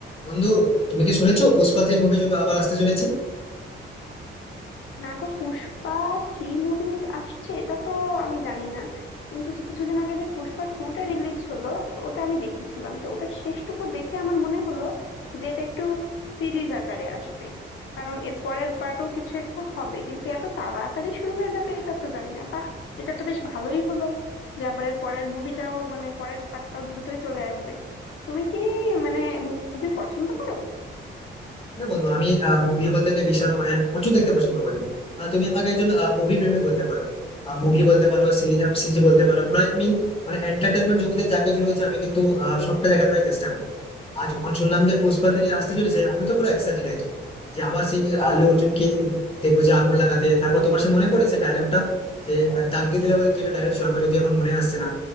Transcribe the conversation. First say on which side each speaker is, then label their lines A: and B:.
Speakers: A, on the left; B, on the left.
A: বন্ধু তুমি কি শুনেছো পুষ্পা থ্রি মুভি আবার আসতে চলেছে
B: না গো Pushpa three movie আসছে এটা তো আমি জানি না কিন্তু যে কিছুদিন আগে যে পুষ্পা টু টা রিলিজ হলো ওটা আমি দেখেছিলাম তো ওটার শেষটুকু দেখে আমার মনে হলো যে এটা একটু সিরিজ আকারে আসবে কারণ এর পরের পার্টও কিছু একটা হবে কিন্তু এত তাড়াতাড়ি শুরু হয়ে যাবে এটা তো জানি না বাহ এটা তো বেশ ভালোই হলো যে আবার এর পরের মুভিটাও মানে পরের পার্টটাও দ্রুতই চলে আসবে তুমি কি মানে মুভি পছন্দ করো
A: হ্যাঁ বন্ধু আমি মুভি বলতে গেলে বিশাল মানে প্রচুর দেখতে পছন্দ করি আহ, তুমি আমাকে একজন মুভি প্রেমিক বলতে পারো মুভি বলতে পারো সিরিজ বলতে পারো প্রায় আমি মানে এন্টারটেনমেন্ট জগতে যা কিছু রয়েছে আমি কিন্তু আহ, সবটা দেখার প্রায় চেষ্টা করি আর যখন শুনলাম যে পুষ্পা থ্রি আসতে চলেছে আমি তো পুরো এক্সাইটেড একদম যে আবার সেই আল্লু অর্জুনকে দেখবো যে আগুন লাগাতে তারপর তোমার সে মনে পড়ে সে ডায়লগটা যে আহ, দাগিয়ে দিলে বলে কি একটা ডায়লগ ছিল আমার যদি এখন মনে আসছে না